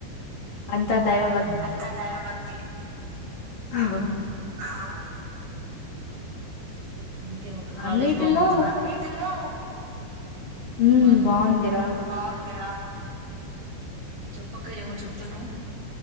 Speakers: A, on the left; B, on the right.
A: అంత దైవం
B: అంతా దైవ భక్తి
A: అహో
B: ఆ ఇంకేం అక్క కాలేజ్
A: అన్నిటిలో
B: బాగుంద అన్నిటిలో
A: ఉమ్
B: ఉ అన్
A: బాగుందిరా
B: బాగుందిరా చెప్పక ఏమో చెప్తున్నావు